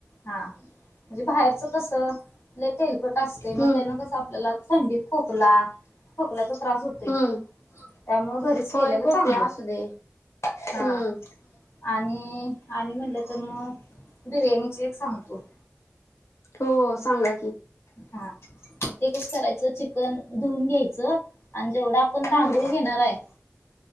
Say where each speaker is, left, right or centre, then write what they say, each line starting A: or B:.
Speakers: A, on the left; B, on the left.
A: हां. म्हणजे बाहेरच कस? लई तेलकट असतय. मग
B: हम्म
A: त्यान कसं आपल्याला थंडीत- खोकला- खोकल्याचा त्रास होतोय.
B: हम्म
A: त्यामुळ घरीच केलेल
B: होय खोकला
A: चांगलय.
B: असू दे हम्म
A: हा. आणि आणि म्हटलं तर मग- बिर्याणीची एक सांगतो.
B: हो. हो सांगा की.
A: हां. ते कस करायचं? चिकन धुऊन घ्यायचं आणि जेवढा - आपण
B: हम्म
A: तांदूळ घेणार आहे-